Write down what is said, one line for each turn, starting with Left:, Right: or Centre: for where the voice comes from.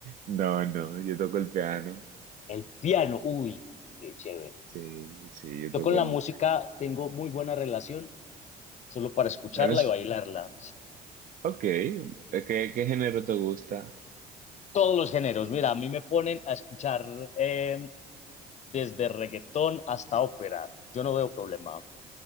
Right: No, no, yo toco el piano.
Left: El piano, uy, qué chévere.
Right: Sí, sí, yo
Left: Yo
Right: toco
Left: con la
Right: el...
Left: música tengo muy buena relación solo para escucharla
Right: Eres...
Left: y bailarla.
Right: Ok, eh, ¿qué, qué género te gusta?
Left: Todos los géneros, mira, a mí me ponen a escuchar eh, desde reggaetón hasta ópera, yo no veo problema.